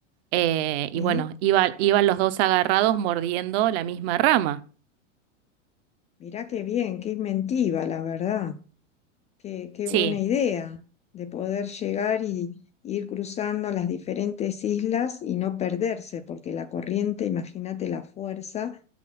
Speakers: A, on the right; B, on the left.
A: eh, y
B: Sí,
A: bueno, iba- iban los dos agarrados mordiendo la misma rama.
B: mirá qué bien, qué inventiva, la verdad. Qué, qué
A: Sí.
B: buena idea de poder llegar y ir cruzando las diferentes islas y no perderse, porque la corriente, imagínate la fuerza,